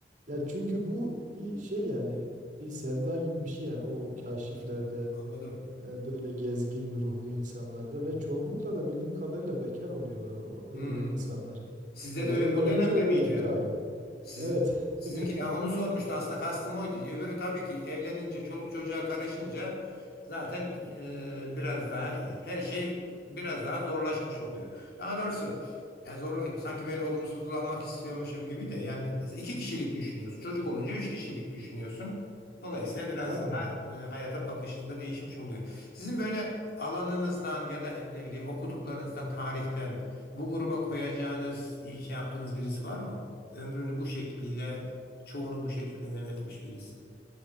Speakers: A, on the right; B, on the left.
A: Ya çünkü bu bir şey yani bir sevda gibi bir şey yani o kaşiflerde
B: Anladım.
A: e, böyle gezgin ruhlu insanlarda ve çoğunlukla da bildiğim kadarıyla bekar oluyorlar o, o-
B: Hmm.
A: öyle insanlar.
B: Sizde
A: Yani
B: de
A: öyle
B: o
A: olunca
B: dönemde
A: biraz
B: miydi
A: tutarlı.
B: yani? Siz,
A: Evet, <laughs>
B: sizinki
A: biraz
B: de onu sormuştu aslında kastım oydu. Öbürü tabii ki evlenince çoluk çocuğa karışınca zaten e, biraz daha her şey biraz daha zorlaşmış oluyor. Daha doğrusu yani zorlayıp sanki böyle olumsuzlanmak istiyormuşum gibi de yani mesela iki kişilik düşünüyorsun. Çocuk olunca üç kişilik düşünüyorsun. Dolayısıyla biraz
A: Aynen.
B: daha e, hayata bakışında değişmiş oluyor. Sizin böyle alanınızdan ya da ne bileyim okuduklarınızdan, tarihten bu gruba koyacağınız, iş yaptığınız birisi var mı? Ömrünü bu şekliyle, çoğunu bu şekilde yönetmiş birisi.